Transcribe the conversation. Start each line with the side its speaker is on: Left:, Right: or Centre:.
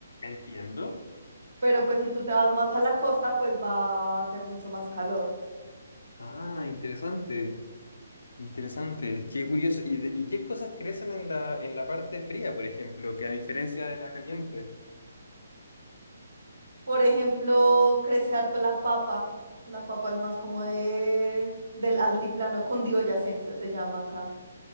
Left: Entiendo.
Right: Pero pues si tú te vas más a la costa, pues va a hacer mucho más calor.
Left: Ah, interesante. Interesante. Qué curioso. ¿Y, de- y qué cosas crecen en la, en la parte fría, por ejemplo, que a diferencia de la caliente?
Right: Por ejemplo, crece harto la papa. La papa es más como de del altiplano cundiboyacense, se llama acá.